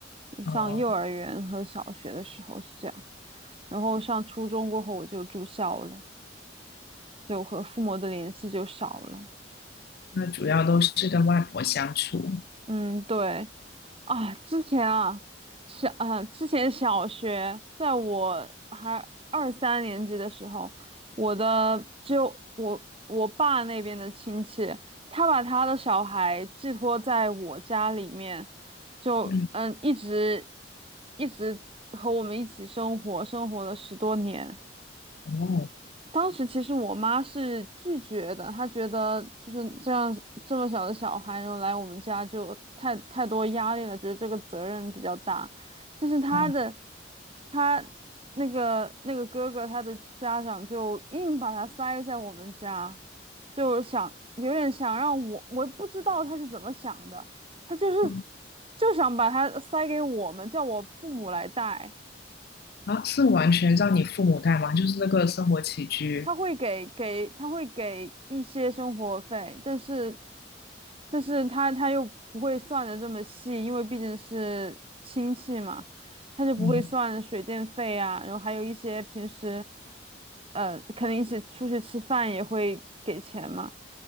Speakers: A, on the left; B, on the right.
A: 呃，
B: 上幼儿园和小学的时候是这样，然后上初中过后我就住校了，就和父母的联系就少了。
A: 那主要都是跟外婆相处。
B: 嗯，对，啊，之前啊，小啊，之前小学，在我还二三年级的时候，我的就我我爸那边的亲戚，他把他的小孩寄托在我家里面，就嗯，
A: 嗯
B: 一直一直和我们一起生活，生活了十多年。
A: 哦，
B: 当时其实我妈是拒绝的，她觉得就是这样这么小的小孩，然后来我们家就太太多压力了，觉得这个责任比较大。但是她的
A: 哦，
B: 她那个那个哥哥，他的家长就硬把他塞在我们家，就想有点想让我，我不知道他是怎么想的，他就是
A: 嗯
B: 就想把他塞给我们，叫我父母来带。
A: 啊，是完全让你父母带吗？就是那个生活起居。
B: 他会给给他会给一些生活费，但是但是他他又不会算的这么细，因为毕竟是亲戚嘛，他就不会算水电费啊，
A: 嗯
B: 然后还有一些平时呃可能一起出去吃饭也会给钱嘛，